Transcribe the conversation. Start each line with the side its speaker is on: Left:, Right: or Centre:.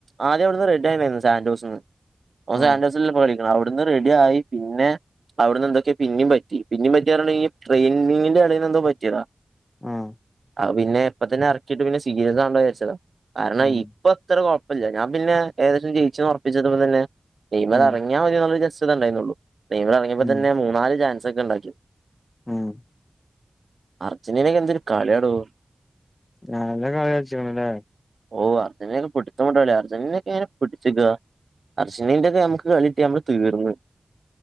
Right: ആദ്യം അവിടുന്ന് റെഡ്യിന ആായിരുന്നു സാന്ൻഡോസ്ന്ന് ഓ സാൻഡോസി
Left: ആഹ്
Right: കളിക്ക്ണത് ഇവിട്ന്ന് റെഡി ആയി പിന്നെ അവിടുന്ന് എന്തൊക്കെയ പിന്നും പറ്റി പിന്നും പറ്റി. ട്രെയിനിിന്റെ അടയിൽന്ന്ന്തോ പറ്റിയതാ
Left: ആഹ്
Right: ആ പിന്നെ എപ്പ തന്നെ ഇറക്കിയിട്ട് പിന്നെ സീരിയസ്ാണ്ടോ വിചരിച്ചതാ കാരണം
Left: ഉം
Right: ഇപ്പൊ അത്ര കുഴപ്പില്ല ഞാൻ പിന്നെ ഏകദേശം ജയിച്ച ഉറപ്പിച്ചത്പ്പോലെ തന്നെ ടീമിന്
Left: ഉം
Right: അറങ്ങിയ മതി ജസ്റ് ഇതേണ്ടയിരുന്നുള്ളു ടീമിന്ന് ഇറങ്ങിയപ്പതന്നെ
Left: ഉം
Right: മൂന്നാല് ചാൻസ് ഒക്കെ ഉണ്ടാക്കി
Left: ഉം
Right: അർജന്റീനക്ക് എന്തൊരു കളിയാടോ
Left: നല്ല കളി കളിച്ച്ക്ക് ണല്ലേ
Right: ഓ അർജന്റീന ഒക്കെ പിിടുത്തമിട്ട കളിയാണ് അർജൻ്റീന ഒക്കെ പിടിച്ച് നീക്കാ അർജന്റീന ഒക്കെ നമ്മുക്ക് കളിട്ട് നമ്മള് തീർന്നു